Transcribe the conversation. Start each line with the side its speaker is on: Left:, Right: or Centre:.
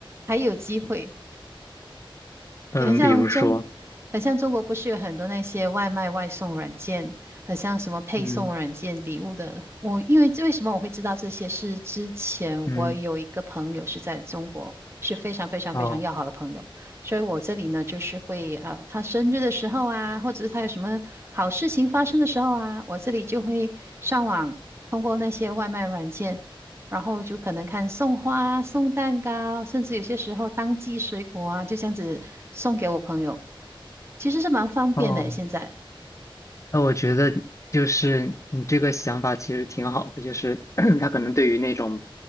Right: 还有机会。
Left: 嗯，
Right: 很像中，
Left: 比如说，
Right: 很像中国不是有很多那些外卖外送软件，很像什么配送软件、
Left: 嗯
Right: 礼物的。我因为为什么我会知道这些？是之前我有一个朋友是在中国，
Left: 嗯，
Right: 是非常非常非常要好的朋友，
Left: 哦
Right: 所以我这里呢就是会呃，他生日的时候啊，或者是他有什么好事情发生的时候啊，我这里就会上网通过那些外卖软件。然后就可能看送花、送蛋糕，甚至有些时候当季水果啊，就这样子送给我朋友，其实是蛮方便的。
Left: 哦。
Right: 现在，
Left: 那我觉得就是你这个想法其实挺好的，就是 <clears throat> 他可能对于那种